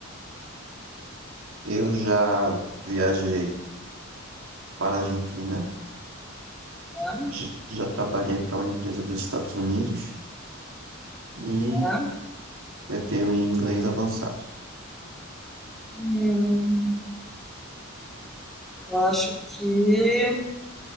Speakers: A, on the right (about 90°); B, in the centre.
A: Eu já viajei para a Argentina,
B: Tá?
A: já, já trabalhei para uma empresa dos Estados Unidos e
B: Tá?
A: eu tenho um inglês avançado.
B: Hum, eu acho que.